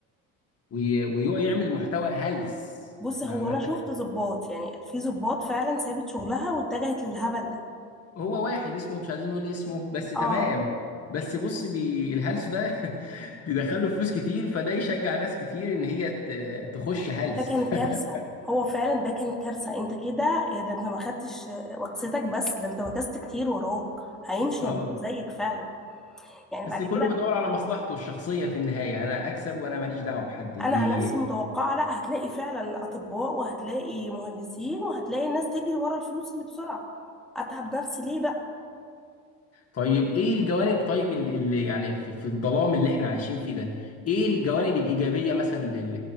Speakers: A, on the left; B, in the centre.
A: وي... ويعمل محتوى هلس
B: بص
A: ما
B: هو
A: ما
B: انا شفت ضباط يعني في ضباط فعلا سابت شغلها واتجهت للهبل ده
A: هو واحد اسمه مش عايزين نقول اسمه بس تمام
B: اه
A: بس بص بي الهلس ده <laughs> بيدخله فلوس كتير فده يشجع ناس كتير ان هي ت- تخش هلس
B: ده كان كارثه
A: <laughs>
B: هو فعلا ده كان كارثه انت كده يا ده انت ما خدتش وكستك بس ده انت وكست كتير وراك هيمشي
A: اه
B: يعملوا زيك فعلا يعني
A: بس
B: بعد كده
A: كله بيدور على مصلحته الشخصية في النهاية انا اكسب وانا ماليش دعوة بحد ليه
B: انا عن نفسي متوقعه لا هتلاقي فعلا اطباء وهتلاقي مهندسين وهتلاقي الناس تجري ورا الفلوس اللي بسرعه اتعب نفسي ليه بقى
A: طيب ايه الجوانب طيب اللي اللي يعني في, في الظلام اللي احنا عايشين فيه ده ايه الجوانب الإيجابية مثلا لل...